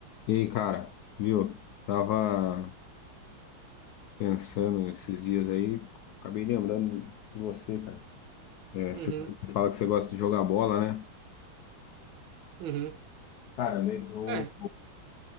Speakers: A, on the left (about 85°); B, on the right (about 75°).
A: E aí, cara, viu? Tava pensando esses dias aí, acabei lembrando de você, cara. É,
B: Uhum,
A: você você fala que você gosta de jogar bola, né?
B: uhum.
A: Cara, né, eu,
B: É,